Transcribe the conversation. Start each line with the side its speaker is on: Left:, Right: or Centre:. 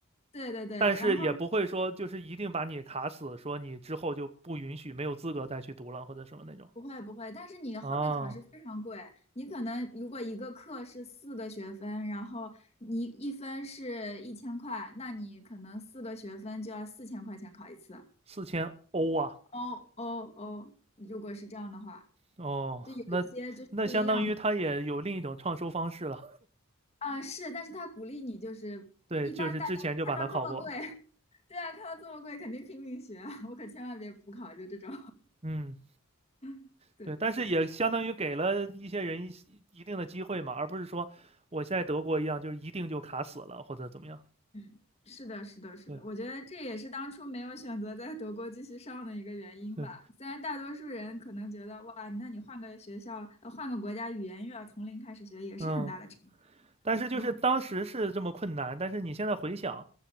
Left: 对对对，
Right: 但是也不会说就是一定把你卡死，
Left: 然后
Right: 说你之后就不允许，没有资格再去读了或者什么那种。
Left: 不会不会，但是你后面考试非常贵，
Right: 啊，
Left: 你可能如果一个课是四个学分，然后你一分是一千块，那你可能四个学分就要四千块钱考一次。
Right: 四千欧啊，
Left: 哦哦哦，如果是这样的话，
Right: 哦，
Left: 就有一些就是不一样的。
Right: 那那相当于他也有另一种创收方式了。
Left: 嗯，是，但是他鼓励你，就是一般大家看到这么贵，
Right: 对，就是之前就把它考过。
Left: <laughs> 对啊，看到这么贵肯定拼命学啊，我可千万别补考，就这种，
Right: 嗯，
Left: <laughs> 对。
Right: 对，但是也相当于给了一些人一一定的机会嘛，而不是说我现在德国一样，就是一定就卡死了或者怎么样。
Left: 嗯，是的，是的，是的，
Right: 对
Left: 我觉得这也是当初没有选择在德国继续上的一个原因吧。
Right: 对，
Left: 虽然大多数人可能觉得，哇，那你换个学校，呃，换个国家，语言又要从零开始学，也是很大的成就。
Right: 嗯，但是就是当时是这么困难，
Left: 嗯，
Right: 但是你现在回想，